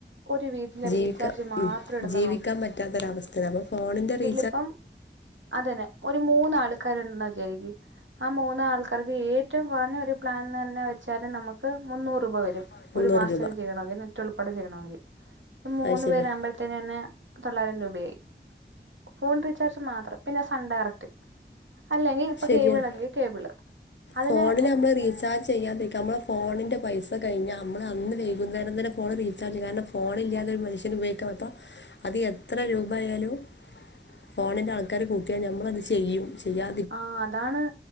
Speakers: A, on the right (about 90°); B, on the left (about 70°).
A: ഒരു വീട്ടിലെ
B: ജീവിക്ക
A: റീചാർജ് മാത്രം
B: ഉം
A: എടുത്ത്
B: ജീവിക്കാൻ പറ്റാത്തൊരവസ്ഥ അപ്പ ഫോണിന്റെ റീ
A: ഇപ്പം അതന്നെ ഒര് മൂന്നാള് മൂന്ന് ആൾക്കാർ ഉണ്ടുന് വിചാരിക്ക് ആ മൂനാൾക്കാർക്ക് ഏറ്റവും കുറഞ്ഞ ഒരു പ്ലാൻ തന്നെ വെച്ചാൽ നമുക്ക് മുന്നൂറ് രൂപ വരും
B: <unintelligible>
A: ചെയ്യണം അതന്ന ഏറ്റവും എളു <unintelligible> ചെയ്യണോങ്കി മൂന്ന്
B: അത് ശരിയാ
A: പേര് ആവുമ്പോഴത്തേനു തന്നെ തൊള്ളായിരം രൂപയായി ഫോൺ റീചാർജ് മാത്രം പിന്നെ സൺഡയറക്റ്റ് അല്ലെങ്കിൽ ഇപ്പൊ
B: ശരിയാണ്
A: കേബിളെങ്കി കേബിള് അതിനെ
B: ഫോണിൽ നമ്മൾ റീചാർജ് ചെയ്യാതിരിക്കുക നമ്മളെ ഫോണിൻ്റെ പൈസ കഴിഞ്ഞാ അമ്മള് അന്ന് വൈകുന്നേരം തന്നെ ഫോൺ റീചാർജ് കാരണം ഫോണില്ലാത്തൊരു മനുഷ്യൻ അപ്പോ അത് എത്ര രൂപായാലും ഫോണിൻ്റെ ആൾക്കാര് കൂട്ടിയാൽ നമ്മളത് ചെയ്യും ചെയ്യാ
A: ആ അതാണ്